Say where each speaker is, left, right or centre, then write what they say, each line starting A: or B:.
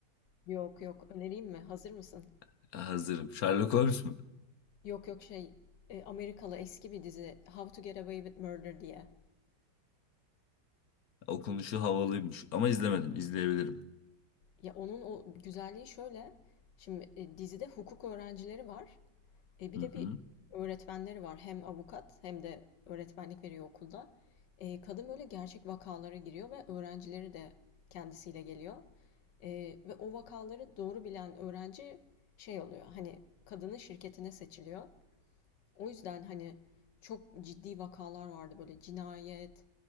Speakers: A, on the left; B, on the left.
A: Yok yok önereyim mi? Hazır mısın?
B: <laughs> Hazırım. Sherlock Holmes mu?
A: Yok yok şey e, Amerikalı eski bir dizi How to Get Away with Murder diye.
B: Okunuşu havalıymış ama izlemedim. İzleyebilirim.
A: Ya onun o güzelliği şöyle. Şimdi e, dizide hukuk öğrencileri var. E, bir
B: Hı hı.
A: de bir öğretmenleri var. Hem avukat hem de öğretmenlik veriyor okulda. E, kadın böyle gerçek vakalara giriyor ve öğrencileri de kendisiyle geliyor. E, ve o vakaları doğru bilen öğrenci şey oluyor. Hani kadının şirketine seçiliyor. O yüzden hani çok ciddi vakalar vardı böyle cinayet,